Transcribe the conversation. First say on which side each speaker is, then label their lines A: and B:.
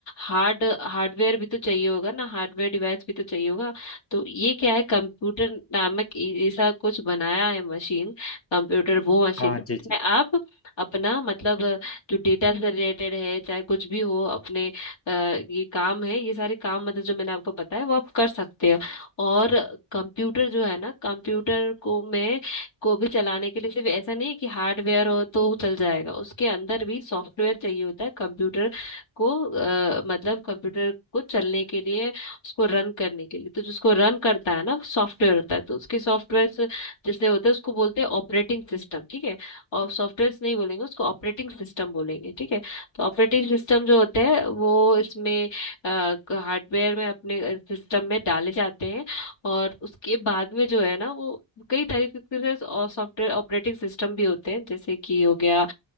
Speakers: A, on the left; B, on the left.
A: हार्ड हार्डवेयर भी तो चाहिए होगा ना हार्डवेयर डिवाइस भी तो चाहिए होगा तो ये क्या है कंप्यूटर नामक ए- ऐसा कुछ बनाया है मशीन कंप्यूटर वो मशीन
B: हाँ
A: जिसमें
B: जी जी
A: आप अपना मतलब जो डेटा से रिलेटेड है चाहे कुछ भी हो अपने अ, ये काम है ये सारे काम मतलब जो मैंने आपको बताया वो आप कर सकते हो और कंप्यूटर जो है ना कंप्यूटर को में को भी चलाने के लिए सिर्फ ऐसा नहीं है कि हार्डवेयर हो तो चल जाएगा उसके अंदर भी सॉफ्टवेयर चाहिए होता है कंप्यूटर को अ, मतलब कंप्यूटर को चलने के लिए उसको रन करने के लिए तो जिसको रन करता है ना सॉफ्टवेयर होता है तो उसके सॉफ्टवेयर जैसे होते हैं उसको बोलते हैं ऑपरेटिंग सिस्टम ठीक है और सॉफ्टवेयर नहीं बोलेंगे उसको ऑपरेटिंग सिस्टम बोलेंगे ठीक है तो ऑपरेटिंग सिस्टम जो होते हैं वो इसमें हार्डवेयर में अपने सिस्टम में डाले जाते हैं और उसके बाद में जो है ना वो कई तरीके के से और सॉफ्टवेयर ऑपरेटिंग सिस्टम भी होते हैं जैसे कि हो गया